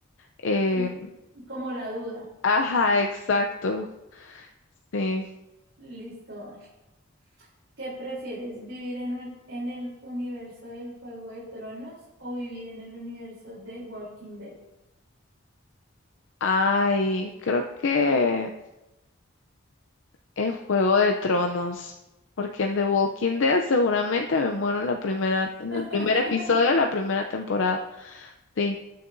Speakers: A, on the left (about 70°); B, on the right (about 65°).
A: eh,
B: L- como la duda.
A: Ajá, exacto. Sí.
B: Listo. vale. ¿Qué prefieres, vivir en un- en el universo del Juego de Tronos o vivir en el universo de Walking Dead?
A: Ay, creo que en Juego de Tronos, porque en The Walking Dead seguramente me muero en la primera,
B: <laughs>
A: en el primer episodio de la primera temporada. Sí,